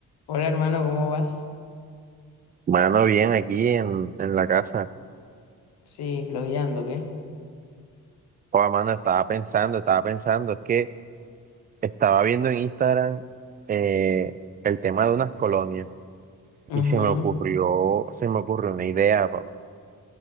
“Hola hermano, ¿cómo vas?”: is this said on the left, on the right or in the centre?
Left